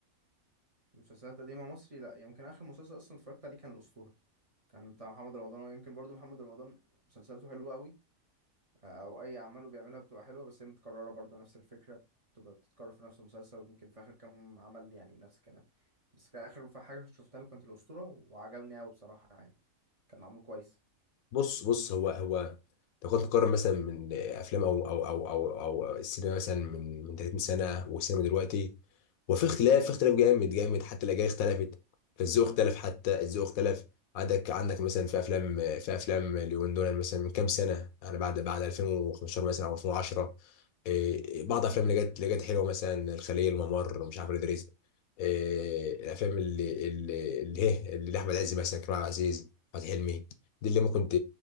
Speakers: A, on the right; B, on the left.
A: مسلسلات قديمة مصري لا يمكن آخر مسلسل أصلا اتفرجت عليه كان الأسطورة كان بتاع محمد رمضان ويمكن برضو محمد رمضان مسلسلاته حلوة قوي أو أي أعماله بيعملها بتبقى حلوة بس هي متكررة برضو نفس الفكرة بتبقى بتتكرر في نفس المسلسل ويمكن في آخر كام عمل يعني نفس الكلام بس كان آخر حاجة شفتها له كانت الأسطورة وعجبني أوي بصراحة يعني كان معمول كويس
B: بص بص هو هو لو كنت تقارن مثلا من افلام او او او او او السينما مثلا من من 30 سنه والسينما دلوقتي وفي اختلاف في اختلاف جامد جامد حتى الاجيال اختلفت الذوق اختلف حتى الذوق اختلف عندك عندك مثلا في افلام في افلام اليومين دول مثلا من كام سنه يعني بعد بعد 2015 مثلا او 2010 إيه، بعض الافلام اللي جت اللي جت حلوه مثلا الخليه الممر مش عارف ادريس إيه، الافلام اللي اللي اللي هي اللي احمد عز مثلا كريم عبد العزيز احمد حلمي دي اللي ممكن ت-